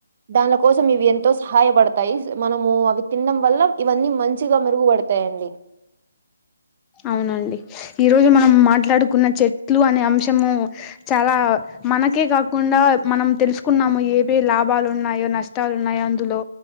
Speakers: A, on the right (about 40°); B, on the left (about 15°).
A: దానిల కోసం ఇవి ఎంతో సహాయపడతయి మనము అవి తినడం వల్ల ఇవన్నీ మంచిగా మెరుగుపడతయండి
B: అవునండి ఈరోజు మనం మాట్డుడుకున్న చెట్లు అనే అంశము చాలా మనకే కాకుండా మనం తెలుసుకున్నాము ఏవే లాభాలు ఉన్నాయో నష్టాలు ఉన్నాయో అందులో